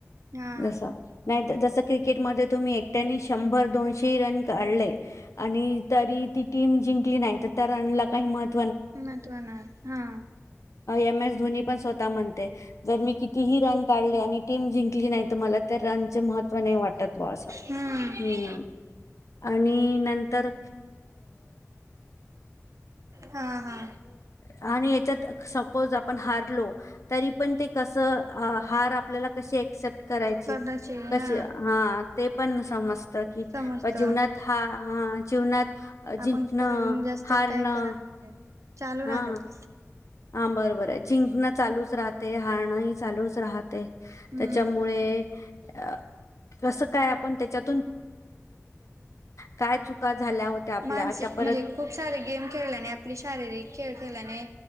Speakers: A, on the right (about 70°); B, on the left (about 70°).
A: हा
B: जस नाही जस क्रिकेटमध्ये तुम्ही एकट्यानी शंभर दोनशे रन काढले आणि तरी ती टीम जिंकली नाही तर त्या रनला काही मतं
A: महत्त्व ना हा
B: एम एस धोनी पण स्वतः म्हणते जर मी कितीही रन काढले आणि टीम जिंकली नाही तर मला त्या रनचे महत्त्व नाही वाटतत ब्
A: हम्म
B: आणि नंतर
A: हा हा
B: आणि ह्याच्यात सपोज आपण हारलो तरी पण ते कसं हार आपल्याला कशी ॲक्सेप्ट करायची
A: कदाची
B: क
A: हा
B: हा ते पण समजत की
A: समजत
B: जीवनात हा जीवनात अ, जिंकणं
A: आपण अजून जास्त
B: हारणं
A: काय करायला पायजे चालू
B: हा
A: राहतात
B: हा बर बर आहे जिंकणं चालूच राहत. ते हारण ह चालूच राहते.
A: हम्म
B: त्याच्यामुळे अ कसं काय आपण त्याच्यात काय चुका झाल्या होत्या आपल्या
A: मानसिक
B: त्या परत
A: म्हणजे खूप सारे गेम खेळल्याने आपली शारीरिक खेळ खेळल्याने